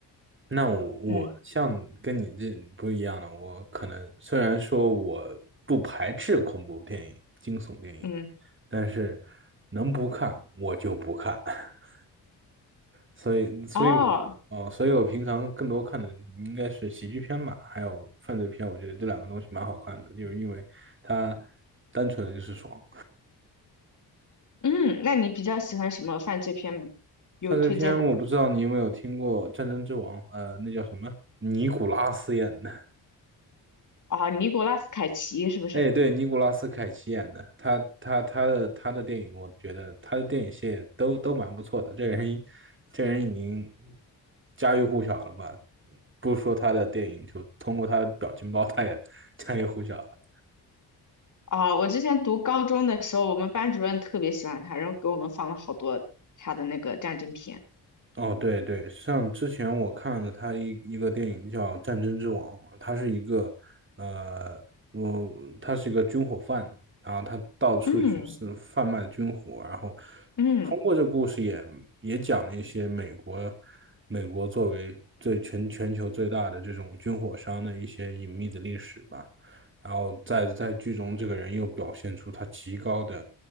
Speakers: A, on the right; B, on the left.
A: 那我我像跟你这不一样的，
B: 嗯
A: 我可能虽然说我不排斥恐怖电影、惊悚电影，
B: 嗯，
A: 但是能不看我就不看，<laughs> 所以所以
B: 哦，
A: 哦，所以我平常更多看的应该是喜剧片吧，还有犯罪片，我觉得这两个东西蛮好看的，就是因为它单纯的就是爽。
B: 嗯，那你比较喜欢什么犯罪片吗？有推荐的吗？
A: 犯罪片我不知道你有没有听过《战争之王》，呃，那叫什么？尼古拉斯演的。
B: 啊，尼古拉斯凯奇是不是？
A: 哎，对，尼古拉斯凯奇演的，他他他的他的电影，我觉得他的电影系列都都蛮不错的。这人这人已经家喻户晓了吧？不说他的电影，就通过他的表情包，他也 <laughs> 家喻户晓了。
B: 啊，我之前读高中的时候，我们班主任特别喜欢他，然后给我们放了好多他的那个战争片。
A: 哦，对对，像之前我看的他一一个电影叫《战争之王》，他是一个呃，我他是一个军火贩，然后他到处去是贩卖军火，
B: 嗯
A: 然后
B: 嗯
A: 通过这个故事也也讲了一些美国美国作为最全全球最大的这种军火商的一些隐秘的历史吧。然后在在剧中，这个人又表现出他极高的